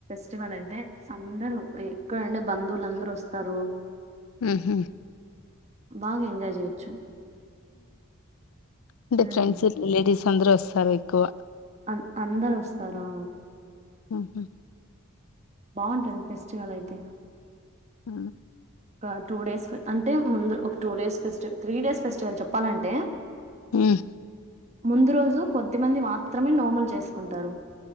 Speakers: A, on the right; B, on the left.
A: ఫెస్టివల్ అయితే అందరు ఎక్కడుండే బంధువులు అందరు వస్తారు
B: మ్మ్ హ్మ్
A: బాగ ఎంజాయ్ చేయొచ్చు.
B: అంటే
A: ఉమ్
B: ఫ్రెండ్స్ లేడీస్ అందరు వస్తారు ఎక్కువ.
A: అం అందరు వస్తారా.
B: ఆహా
A: బావుంటుంది ఫెస్టివల్ అయితే.
B: ఆ
A: ఒక టూ డేస్ ఫే అంటే ముందు ఒక two days festival three days festival చెప్పాలంటే.
B: హ్
A: ముందు రోజు కొద్ది మంది మాత్రమే నోములు చేసుకుంటారు.